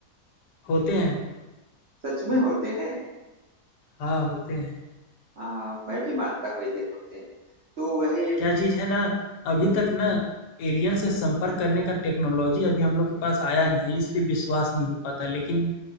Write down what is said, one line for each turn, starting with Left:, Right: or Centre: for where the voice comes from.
Left: होते हैं
Right: सच में होते हैं
Left: हाँ होते हैं
Right: हाँ मैं भी मानता हूँ एलियन होते हैं तो वही
Left: क्या चीज़ है ना, अभी
Right: हम्म,
Left: तक ना एलियन से संपर्क करने का टेक्नोलॉजी अभी हम लोग के पास आया नहीं है, इसलिए विश्वास नहीं हो पाता। लेकिन